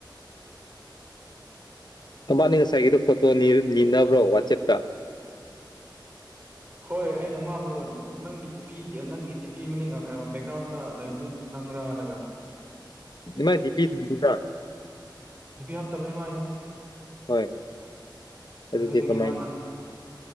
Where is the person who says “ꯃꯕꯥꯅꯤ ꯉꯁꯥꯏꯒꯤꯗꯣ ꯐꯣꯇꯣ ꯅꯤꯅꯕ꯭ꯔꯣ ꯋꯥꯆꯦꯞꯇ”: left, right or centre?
Left